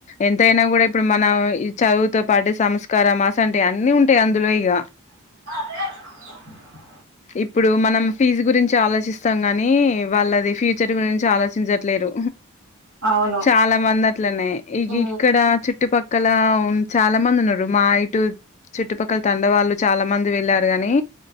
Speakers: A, on the left; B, on the right.
A: ఎంతయిన కూడ ఇప్పుడు మన ఈ చదువుతో పాటి సంస్కారమ్ అసంటివీ అన్ని ఉంటాయి అందులో ఇగ
B: ర
A: ఇప్పుడు మనం ఫీజు గురించి ఆలోచిస్తాం గాని నీ వాళ్ళది ఫ్యూచర్ గురించి ఆలోచించట్లేరు
B: అవును
A: చాల మంది అట్లనే ఇ
B: ఉ
A: ఇక్కడ చుట్టుపక్కల ఉం చాల మంది ఉన్నరు మా ఇటు చుట్టుపక్కల తండవాళ్ళు చాల మంది వెళ్ళారు గాని